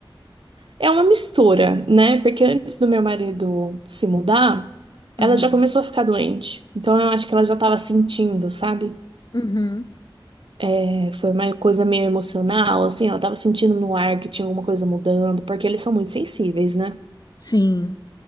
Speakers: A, on the right; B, on the left.
A: É uma mistura, né? Porque antes do meu marido se mudar, ela
B: Uhum,
A: já começou a ficar doente. Então eu acho que ela já estava sentindo, sabe?
B: uhum.
A: É, foi uma coisa meio emocional, assim, ela estava sentindo no ar que tinha alguma coisa mudando, porque eles são muito sensíveis, né?
B: Sim.